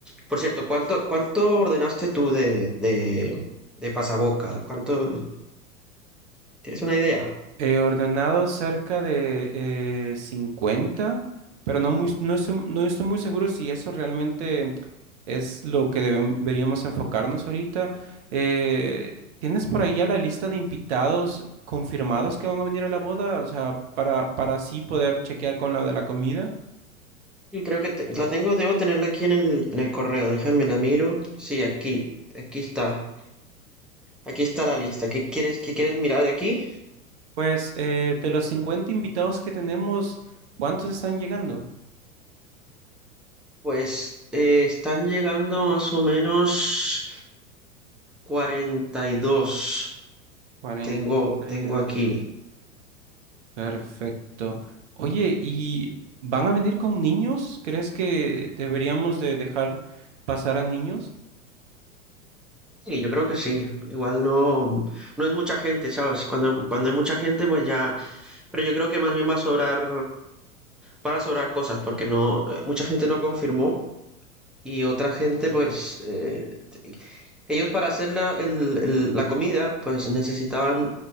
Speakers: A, in the centre; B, on the right (about 55°).
A: Por cierto, ¿cuánto, cuánto ordenaste tú de, de, de pasaboca? ¿Cuánto? ¿Tienes una idea?
B: He ordenado cerca de eh, 50, pero no, muy, no, estoy, no estoy muy seguro si eso realmente es lo que debem- deberíamos enfocarnos ahorita. Eh, ¿tienes por ahí ya la lista de invitados confirmados que van a venir a la boda? O sea, para, para así poder chequear con la de la comida.
A: Sí, creo que te- la tengo, debo tenerla aquí en el, en el correo. Déjame la miro. Sí, aquí, aquí está. Aquí está la lista. ¿Qué quieres, qué quieres mirar de aquí?
B: Pues eh, de los 50 invitados que tenemos, ¿cuántos están llegando?
A: Pues eh, están llegando más o menos 42.
B: Cuarenta
A: Tengo, tengo
B: y dos.
A: aquí.
B: Perfecto. Oye, ¿y van a venir con niños? ¿Crees que deberíamos de dejar pasar a niños?
A: Sí, yo creo que sí. Igual no, no es mucha gente, ¿sabes? Cuando, cuando hay mucha gente, pues ya. Pero yo creo que más bien va a sobrar, van a sobrar cosas, porque no, eh, mucha gente no confirmó y otra gente, pues, eh, te- ellos para hacer la, el- el- la comida, pues necesitaban